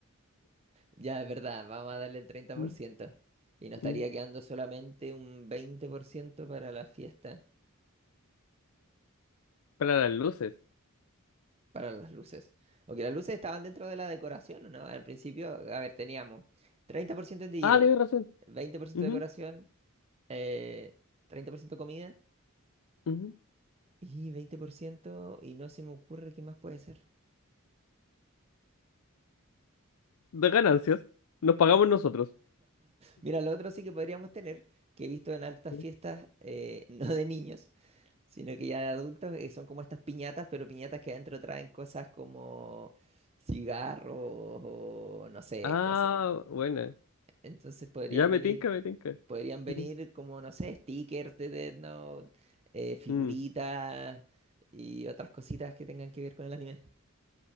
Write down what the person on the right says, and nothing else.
Ya, es verdad, vamos a darle el treinta por
ciento Y nos estaría
quedando solamente un 20% para la fiesta.
Para las luces. Ok, las luces estaban dentro de la decoración, ¿no? Al principio, a ver, teníamos 30% en DJ,
20%
decoración, eh, 30% comida
y 20%, y no se me ocurre qué más puede ser.
Mira, lo otro sí que podríamos tener, que he visto en altas
fiestas, eh, <laughs> no de niños, sino que ya de adultos, que son como estas piñatas, pero piñatas que adentro traen cosas como cigarros o no sé,
cosas.
Entonces podrían
venir
Podrían venir
como, no sé, stickers de Death Note, eh, figuritas
y otras cositas que tengan que ver con el anime.